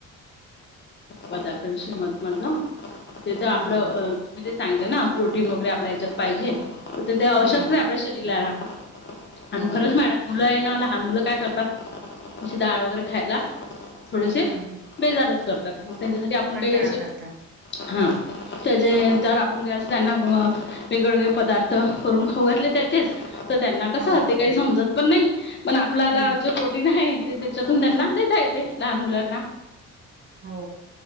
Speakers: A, on the left (about 35°); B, on the right (about 35°).
A: पदार्थांविषयी मत माझ, ते तर आपलं
B: हम्म
A: सांगतला ना प्रोटीन वगैरे आप ह्याच्यात पाहिजे, तर ते आवश्यकच
B: हम्म
A: आहे आपल्या शरीराला आणि
B: हो
A: खरंच मॅडम, मुलं आहे ना, लहान मुलं काय करतात, तशी डाळ वगैरे खायला थोडेसे
B: हम्म
A: बेजारच करतात, म त्यांच्यासाठी आपण
B: कंटाळा
A: काही असे
B: करतात
A: हा, त्याचे जर आपण ग अस त्यांना वेगळेवेगळे पदार्थ, करून खाऊ घातले त्याचेच, तर त्यांना कसं
B: हो
A: ते, काही समजत पण नाही. पण आपल्याला
B: हम्म
A: जे प्रोटीन आहे, ते त्याच्यातून त्यांना देता येते, लहान मुलांना
B: हो.